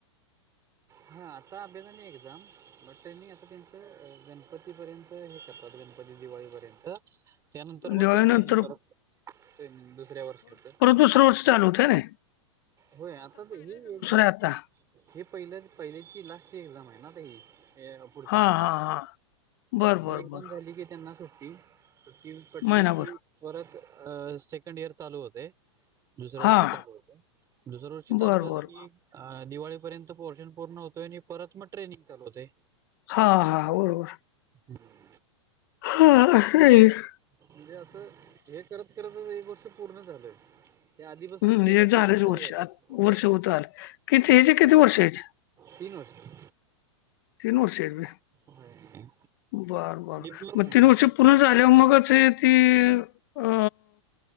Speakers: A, on the right; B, on the left.
A: हा, आता अभ्यास आणि एक्झाम, ट्रेनिंग आता त्यांचं गणपतीपर्यंत गणपती दिवाळीपर्यंत त्यानंतर मग
B: दिवाळीनंतर
A: ते ट्रेनिंग परत, ट्रेनिंग दुसऱ्या वर्षाचं.
B: दुसर वर्ष चालू होतंय
A: होय, आता ही एक
B: आहे आता
A: हे पहिलं पहिल्याची लास्टची एक्झाम आहे ना, आता ही, ते पुढच्या
B: हां
A: महिन्यात
B: हां हां बर बर
A: हे एकझाम
B: बर
A: झाली की त्यांना सुट्टी. सुटी पडली
B: महिनाभर
A: की, परत सेकंड इयर चालू होते. दुसऱ्या वर्षी
B: हां
A: चालू होतय, दुसर्या वर्षी चालू
B: बर
A: झालं
B: बर
A: की दिवाळीपर्यंत पोर्शन पूर्ण होतोय, आणि परत मग ट्रेनिंग चालू होतय.
B: हा हा, होय होय.
A: हम्म.
B: हा <unintelligible>
A: म्हणजे असं, हे करत करतच एक वर्ष पूर्ण झालंय. ते आधीपासूनच
B: हं,
A: केलं
B: हे
A: असत
B: झालंच
A: तर, बरं
B: वर्ष
A: झालं असतं.
B: आत- वर्ष होत आलं किती ह्याचे किती वर्ष आहेत
A: तीन वर्षे
B: तीन वर्षे हायत होय?
A: होय.
B: बर बर,
A: डिप्लोमा
B: मग
A: आहे
B: तीन
A: ना
B: वर्ष पुरन झाल्यावर मगच हे ती अ,